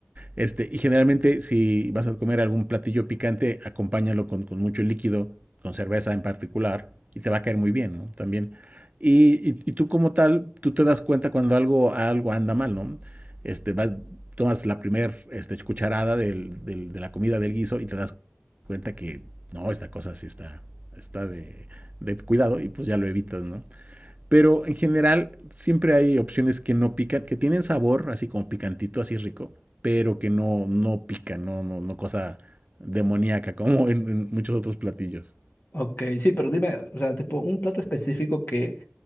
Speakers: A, on the right; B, on the left.
A: Este, y generalmente, si vas a comer algún platillo picante, acompáñalo con, con mucho líquido, con cerveza en particular, y te va a caer muy bien, ¿no? También. Y, y- y tú como tal, tú te das cuenta cuando algo, algo anda mal, ¿no? Este, vas, tomas la primer este, cucharada del- del- de la comida del guiso y te das cuenta que no, esta cosa sí está, está de, de cuidado y pues ya lo evitas, ¿no? Pero en general siempre hay opciones que no pican, que tienen sabor, así como picantito, así rico, pero que no, no pican, no, no, no cosa demoníaca como en, en muchos otros platillos.
B: Ok, sí, pero dime, o sea, tipo un plato específico que,